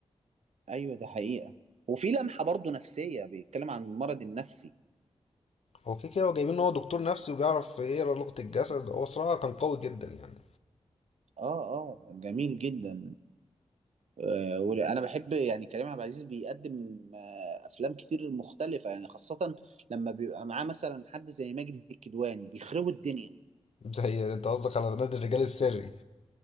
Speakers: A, on the right (about 75°); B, on the left (about 65°).
A: أيوة ده حقيقة وفي لمحة برضو نفسية بيتكلم عن المرض النفسي
B: هو كده كده هو جايبين إن هو دكتور نفسي وبيعرف يقرا لغة الجسد هو صراحة كان قوي جدا يعني
A: اه اه جميل جدا آه، وانا بحب يعني كريم عبد العزيز بيقدم آه، افلام كتير مختلفه يعني خاصه لما بيبقى معاه مثلا حد زي ماجد الكدواني بيخربوا الدنيا
B: زي أنت قصدك على نادي الرجال السري